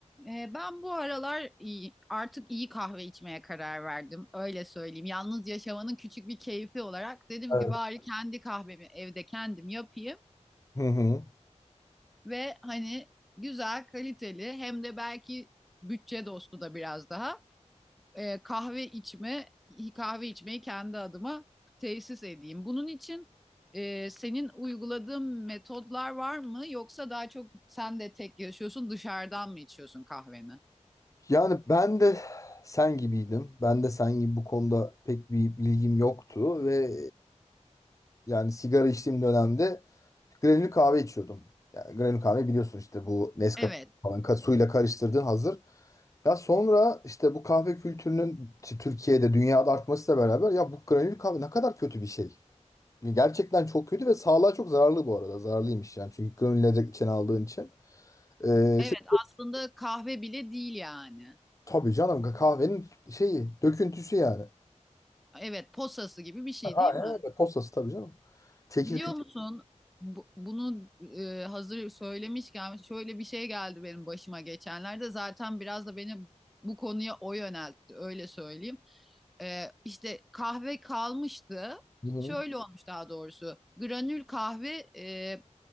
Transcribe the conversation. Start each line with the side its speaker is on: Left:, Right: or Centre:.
Centre: Ee, Ben bu aralar iyi, artık iyi kahve içmeye karar verdim. Öyle söyleyeyim. Yalnız yaşamanın küçük bir keyfi olarak dedim
Left: Evet.
Centre: ki bari kendi kahvemi evde kendim yapayım
Left: Hı hı.
Centre: ve hani güzel, kaliteli hem de belki bütçe dostu da biraz daha e, kahve içme kahve içmeyi kendi adıma tesis edeyim. Bunun için e, senin uyguladığın metodlar var mı? Yoksa daha çok sen de tek yaşıyorsun, dışarıdan mı içiyorsun kahveni?
Left: Yani ben de sen gibiydim. Ben de sen gibi bu konuda pek bir bilgim yoktu ve yani sigara içtiğim dönemde granül kahve içiyordum. Yani granül kahve biliyorsun işte bu Nescafe
Centre: Evet.
Left: falan ka- suyla karıştırdığın hazır. Ya sonra işte bu kahve kültürünün işte Türkiye'de dünyada artmasıyla beraber ya bu granül kahve ne kadar kötü bir şey. Gerçekten çok kötü ve sağlığa çok zararlı bu arada. Zararlıymış yani çünkü granül içine aldığın için. Ee,
Centre: Evet
Left: işte
Centre: aslında kahve bile değil yani.
Left: Tabii canım kahvenin şeyi, döküntüsü yani.
Centre: Evet posası gibi bir şey
Left: Aynen
Centre: değil mi?
Left: evet Postası tabii canım. Çekirdek.
Centre: Biliyor musun bu- bunu e, hazır söylemişken şöyle bir şey geldi benim başıma geçenlerde. Zaten biraz da beni bu konuya o yöneltti öyle söyleyeyim. E, işte kahve kalmıştı.
Left: Hı hı.
Centre: Şöyle olmuş daha doğrusu. Granül kahve e,